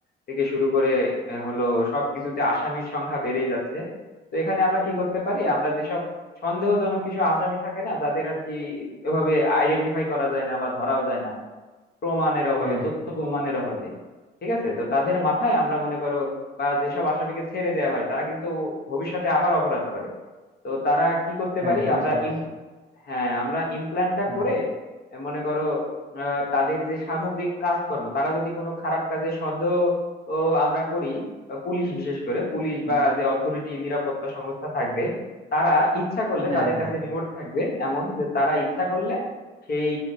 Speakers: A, on the left; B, on the right.
A: থেকে শুরু করে আহ, হলো সবকিছুতে আসামির সংখ্যা বেড়েই যাচ্ছে তো এখানে আমরা কি করতে পারি আমরা যেসব সন্দেহজনক কিছু আসামি থাকে না যাদের আর কি এভাবে আইডেন্টিফাই করা যায় না বা ধরাও যায় না প্রমাণের অভাবে
B: হ্যাঁ
A: তথ্য প্রমাণের অভাবে ঠিক আছে তো তাদের মাথায় আমরা মনে করো বা যেসব আসামিকে ছেড়ে দেওয়া হয় তারা কিন্তু ভবিষ্যতে আবার অপরাধ করে তো তারা কি করতে
B: হ্যাঁ
A: পারি
B: এটা
A: আমরা
B: বুঝতে পারছি
A: হ্যাঁ আমরা ইমপ্ল্যান্টটা
B: হ্যাঁ
A: করে আহ, মনে করো আহ, তাদের যে সামগ্রিক কাজকর্ম তারা যদি কোনো খারাপ কাজে সন্দেহ ও আমরা করি আহ, পুলিশ বিশেষ করে পুলিশ
B: হুম,
A: বা যে অথরিটি নিরাপত্তা সংস্থা থাকবে তারা ইচ্ছা করলে
B: হ্যাঁ
A: তাদের
B: হ্যাঁ
A: কাছে রিমোট থাকবে এমন যে তারা ইচ্ছা করলে সেই